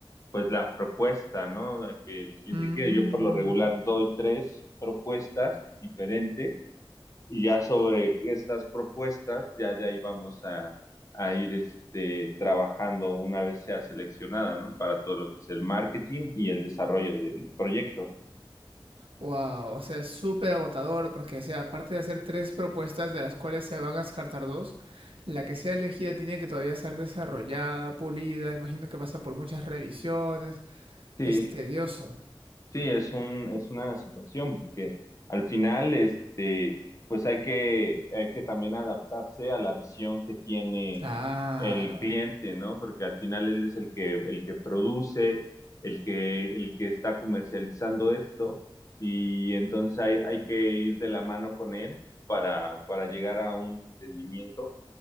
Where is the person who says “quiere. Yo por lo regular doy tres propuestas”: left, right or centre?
Left